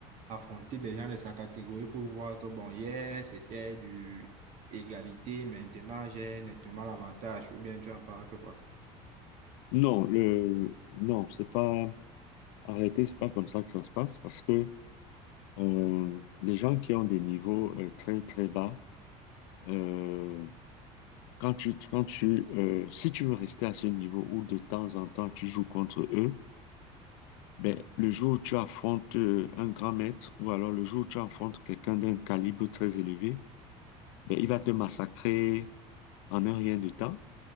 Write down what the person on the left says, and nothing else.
Non, le, non, c'est pas arrêté, c'est pas comme ça que ça se passe parce que euh, les gens qui ont des niveaux euh, très très bas, euh, quand tu, quand tu, euh, si tu veux rester à ce niveau où de temps en temps tu joues contre eux, ben, le jour où tu affrontes euh, un grand maître ou alors le jour où tu affrontes quelqu'un d'un calibre très élevé, ben, il va te massacrer en un rien de temps